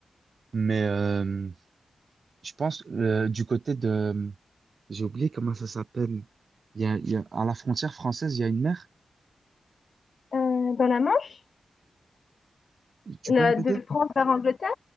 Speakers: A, on the right; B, on the left.
A: Mais euh, je pense, euh, du côté de... J'ai oublié comment ça s'appelle. Il y a, il y a, à la frontière française, il y a une mer.
B: Euh, dans la Manche,
A: Tu
B: la-
A: peux répéter?
B: de France vers Angleterre,